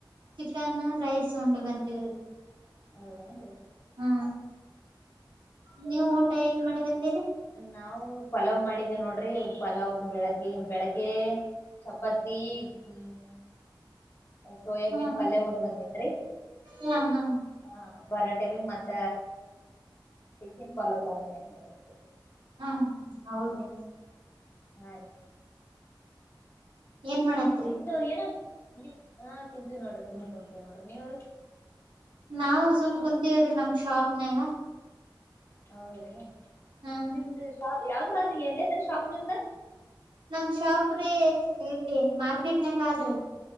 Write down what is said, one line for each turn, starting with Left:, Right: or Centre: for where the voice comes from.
Right: ಚಿಕನ್ ರೈಸ್ ಉೊಂಡು ಬಂದವಿರು
Left: ಹೌದಾೇನ್್ರೀ
Right: ಹ್ಮ್ ನೀವು ಊಟ ಏನ್ ಮಾಡಿ ಬಂದೀರಿ
Left: ನಾವು ಪಲಾವ್ ಮಾಡಿದೀವಿ ನೋಡ್ರಿ ಪಲಾವ್ ಬೆಳಗ್ಗೆ ಬೆಳಿಗ್ಗೆ ಚಪಾತಿ ಹ್ಮ್ ಸೋಯಾಬೀನ್
Right: ಹಾ
Left: ಪಲ್ಯ ಉಂಡು ಬಂದೇನ್ರರಿ
Right: ಹಾ ಹಾ
Left: ಹಾ ಪರಾಟೆ ಬೀ ಮತ್ತ ಚಿಕನ್ ಪಲಾವ್ ತೊಗೊ ನ್ ಮಾಡಡ್ರೆಸ್ಗೆ
Right: ಹಾ ಹ ಹೌದೇ
Left: ಹಾಂ ರೀ
Right: ಏನ್ ಮಾಡತ್ತ
Left: ನಿಮ್ದು ಏನ ನೀ ಹ ಕುಂತ ನೋಡ್ರಿ ಸಿುಮ್ ಕುಂತವಿ ನೋಡ್ರಿ ನೀವ್ರಿ
Right: ನಾವವು ಸುಮ್ ಕುಂತೀವ್ರೀ ನಮ್ ಶಾಪ್ನಾಗ
Left: ಹೌದ್ರಿ
Right: ಹಾ
Left: ನಿಮ್ದ ಶಾಪ್ ಯಾವ್ದ ಅ ಎಲ್ಲದ್ರ ಶಾಪ್ ನಿಮ್ದ
Right: ನಮ್ ಶಾಪ್ ರೀ ಇಲ್ಲಿ ಮಾರ್ಕೆಟ್ನಂಗ ಆದ್ರಿ